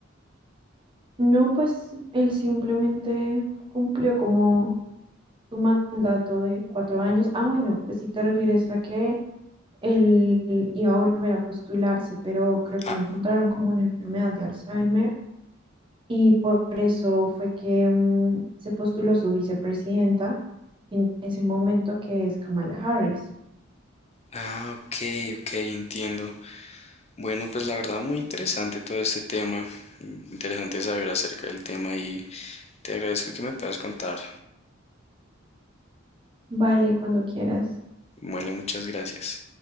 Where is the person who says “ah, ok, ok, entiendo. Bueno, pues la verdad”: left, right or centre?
Left